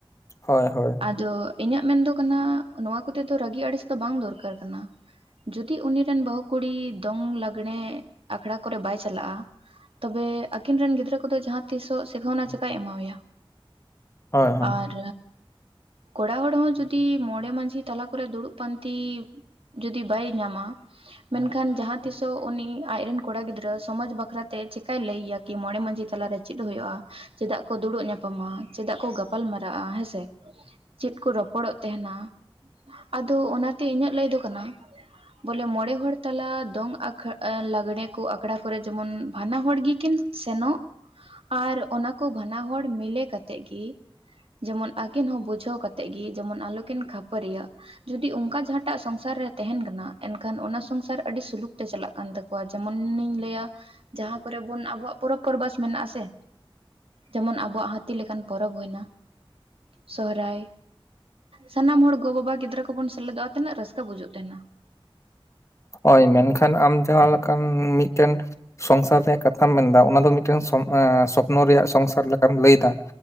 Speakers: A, on the left; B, on the right.
A: ᱦᱳᱭ ᱦᱳᱭ
B: ᱟᱫᱚ ᱤᱧᱟᱹᱜ ᱢᱮᱱᱫᱚ ᱠᱟᱱᱟ ᱱᱚᱣᱟ ᱠᱚᱛᱮ ᱫᱚ ᱨᱟᱹᱜᱤ ᱟᱹᱲᱤᱥ ᱫᱚ ᱵᱟᱝ ᱫᱚᱨᱠᱟᱨ ᱠᱟᱱᱟ᱾ ᱡᱚᱫᱤ ᱩᱱᱤ ᱨᱮᱱ ᱵᱟᱹᱦᱩ ᱠᱩᱲᱤ ᱫᱚᱝ ᱞᱟᱜᱽᱲᱮ ᱟᱠᱷᱲᱟ ᱠᱚᱨᱮ ᱵᱟᱭ ᱪᱟᱞᱟᱜᱼᱟ ᱛᱚᱵᱮ ᱟᱹᱠᱤᱱ ᱨᱮᱱ ᱜᱤᱫᱽᱨᱟᱹ ᱠᱚᱫᱚ ᱡᱟᱦᱟᱸ ᱛᱤᱥᱚᱜ ᱥᱤᱜᱟᱹᱣᱱᱟ ᱪᱤᱠᱟᱭ ᱮᱢᱟᱣᱭᱟ
A: ᱦᱳᱭ ᱦᱳᱭ
B: ᱟᱨ ᱠᱚᱲᱟ ᱦᱚᱲ ᱦᱚᱸ ᱡᱩᱚᱫᱤ ᱢᱚᱲᱮ ᱢᱟᱺᱡᱷᱤ ᱛᱟᱞᱟ ᱠᱚᱨᱮ ᱫᱩᱲᱩᱵ ᱯᱟᱱᱛᱤ ᱡᱚᱫᱤ ᱵᱟᱭ ᱧᱟᱢᱟ ᱢᱮᱱᱠᱷᱟᱱ ᱡᱟᱦᱟᱸ ᱛᱤᱥᱚᱜ ᱩᱱᱤ ᱟᱡᱨᱮᱱ ᱠᱚᱲᱟ ᱜᱤᱫᱽᱨᱟᱹ ᱥᱚᱢᱟᱡᱽ ᱵᱟᱠᱷᱨᱟᱛᱮ ᱪᱤᱠᱟᱭ ᱞᱟᱹᱭ ᱟᱭᱟ, ᱠᱤ ᱢᱚᱬᱮ ᱢᱟᱺᱡᱷᱤ ᱛᱟᱞᱟᱨᱮ ᱪᱮᱫ ᱦᱩᱭᱩᱜᱼᱟ᱾ ᱪᱮᱫᱟᱜ ᱠᱚ ᱫᱩᱲᱩᱵ ᱧᱟᱯᱟᱢᱟ, ᱪᱮᱫᱟᱜ ᱠᱚ ᱜᱟᱯᱟᱞ ᱢᱟᱨᱟᱜᱼᱟ, ᱦᱮᱸᱥᱮ ᱪᱮᱫ ᱠᱚ ᱨᱚᱯᱚᱲᱚᱜ ᱛᱟᱦᱮᱱᱟ ᱟᱫᱚ ᱚᱱᱟᱛᱮ ᱤᱧᱟᱹᱜ ᱞᱟᱹᱭ ᱫᱚ ᱠᱟᱱᱟ ᱵᱚᱞᱮ ᱢᱚᱚᱲᱮ ᱦᱚᱲ ᱛᱟᱞᱟ ᱫᱚᱝ ᱟᱠᱷᱲᱟ ᱟᱜᱲᱮ ᱠᱚ ᱟᱠᱷᱲᱟ ᱠᱚᱨᱮ ᱡᱮᱢᱚᱱ ᱵᱟᱱᱟ ᱦᱚᱲ ᱜᱮᱠᱤᱱ ᱥᱮᱱᱚᱜ ᱟᱨ ᱚᱱᱟᱠᱚ ᱵᱟᱱᱟ ᱦᱚᱲ ᱢᱤᱞᱮ ᱠᱟᱛᱮᱫ ᱜᱮ ᱡᱮᱢᱚᱱ ᱟᱹᱠᱤᱱ ᱦᱚᱸ ᱵᱩᱡᱷᱟᱹᱣ ᱠᱟᱛᱮᱜ ᱜᱮ ᱡᱮᱢᱚᱱ ᱟᱞᱚᱠᱤᱱ ᱠᱷᱟᱹᱯᱟᱹᱨᱤᱭᱟᱜ ᱡᱩᱫᱤ ᱚᱱᱠᱟ ᱡᱟᱦᱟᱸᱴᱟᱜ ᱥᱚᱝᱥᱟᱨ ᱨᱮ ᱛᱟᱦᱮᱱ ᱠᱟᱱᱟ ᱮᱱᱠᱷᱟᱱ ᱚᱱᱟ ᱥᱚᱝᱥᱟᱨ ᱟᱹᱰᱤ ᱥᱩᱞᱩᱠ ᱛᱮ ᱪᱟᱞᱟᱜ ᱠᱟᱱ ᱛᱟᱠᱚᱣᱟ ᱡᱮᱢᱚᱱᱤᱧ ᱞᱟᱹᱭᱟ ᱡᱟᱦᱟᱸ ᱠᱚᱨᱮ ᱵᱚᱱ ᱟᱵᱚᱣᱟᱜ ᱯᱚᱨᱚᱵᱽ ᱯᱚᱨᱵᱟᱥ ᱢᱮᱱᱟᱜ ᱟᱥᱮ ᱡᱮᱢᱚᱱ ᱟᱵᱚᱣᱟᱜ ᱦᱟᱹᱛᱤ ᱞᱮᱠᱟᱱ ᱯᱚᱨᱚᱵᱽ ᱦᱩᱭᱱᱟ, ᱥᱚᱦᱨᱟᱭ ᱥᱟᱱᱟᱢ ᱦᱚᱲ ᱜᱚᱼᱵᱟᱵᱟ ᱜᱤᱫᱽᱨᱟᱹ ᱠᱚᱵᱚᱱ ᱥᱮᱞᱮᱫᱚᱜᱼᱟ ᱛᱤᱱᱟᱹᱜ ᱨᱟᱹᱥᱠᱟᱹ ᱵᱩᱡᱩᱜ ᱛᱟᱦᱮᱱᱟ
A: ᱦᱳᱭ ᱢᱮᱱᱠᱷᱟᱱ ᱟᱢ ᱡᱟᱦᱟᱸᱞᱮᱠᱟᱱ ᱢᱤᱫᱴᱮᱱ ᱥᱚᱝᱥᱟᱨ ᱨᱮᱭᱟᱜ ᱠᱟᱛᱷᱟᱢ ᱢᱮᱱᱫᱟ ᱚᱱᱟ ᱫᱚ ᱢᱤᱫᱴᱮᱱ ᱥᱚᱯᱱᱚ ᱨᱮᱭᱟᱜ ᱥᱚᱝᱥᱟᱨ ᱞᱮᱠᱟᱢ ᱞᱟᱹᱭᱫᱟ